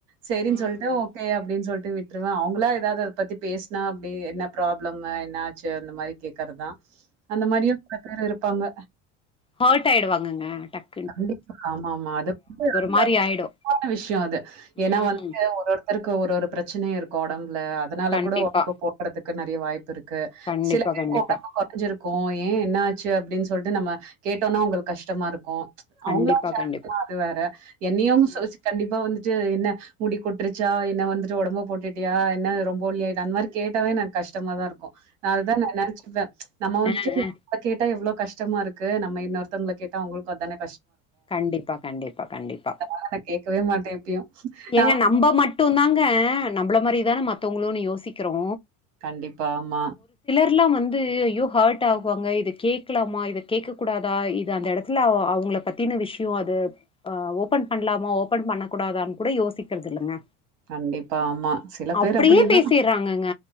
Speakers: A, on the right (about 85°); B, on the left (about 15°).
A: சேரின்
B: ம்
A: சொல்டு ஓகே அப்டின் சொல் டு விட்ருவே அவுங்களே ஏதாது அத பத்தி பேசனா அப்டி என்ன ப்ராப்ளம் என்னாச்சி அந்த மாரி கேக்கறதுதா அந்த மாரியு பல பேரு இருப்பாங்க
B: ஹோ்ட் ஆயிடுவாங்கங்க டக்
A: கண்டிப்பா ஆமா ஆமா அது லந்து <unintelligible>
B: மாரி ஆயிடு
A: றான விஷயம் அது ஏன்னா
B: ம்
A: வந்து ஒவ்வொருத்தர்க் கு ஒரு ஒரு பிரச்சனை இருக்கு ஒடம்புல அதனால
B: கண்டிப்பா
A: கூட ஒடம்பு போடுறதுக்கு நிறைய வாய்ப்பு இருக் கு‌
B: கண்டிப்பா
A: சில பேருக்கு
B: கண்டிப்பா
A: ஒடம்பு குறைஞ்சிருக்கு ஏன் என்ன ஆச்சு அப்டின் சொல்லிட்டு நம்ம கேட்டோம்னா அவுங்களுக்கு கஷ்டமா இருக்கு அவங்களா
B: கண்டிப்பா
A: ஷேர்
B: கண்டிப்பா
A: பண்ணா அது வேற என்னைய
B: ம்
A: அவங்க <unintelligible> கண்டிப்பா வந்துட்டு என்ன முடி கொட்டுருச்சா என்ன வந்துட்டு ஒடம்பு போட்டுட்டியா என்ன ரொம்ப ஒலிய ஆயிட்ட அந்த மாதிரி கேட்டாவே எனக்கு கஷ்டமா தா இருக்கு நான் அதா நா நனைச்சுவே நம்ம வந்துட்டு
B: ஆ
A: நம்ம
B: ஆ
A: கேட்டா எவ்ளோ கஷ் டமா இருக்கு நம்ம இன்னொருத்தவங்க கேட்டா அவங்களுக்கு அதான
B: கண்டிப்பா கண்டிப்பா கண்டிப்பா
A: நா கேட்கவே மாட்டே எப்பயு நா
B: ஏங்க நம்ப மட்டும் நாங்க நம்மள மாரிதான மத்தவங்களு யோசிக்கிறோ
A: கண்டிப்பா ஆமா
B: <unintelligible> லாம் வந்து ஐயோ ஹர்ட் ஆவாங்க இது கேட்கலாமா இத கேட்க கூடாதா இது அந்த இடத்துல அவர் அவங்கள பத்தி பத்தின விஷயம் அது அ ஓபன் பண்ணலாமா ஓபன் பண்ணக் கூடாதான்னு கூட யோசிக்கிறது இல்லங்க
A: கண்டிப்பா ஆமா சில பேர்
B: அப்படியே
A: அப்டிதா
B: பேசிர்றாங்கங்க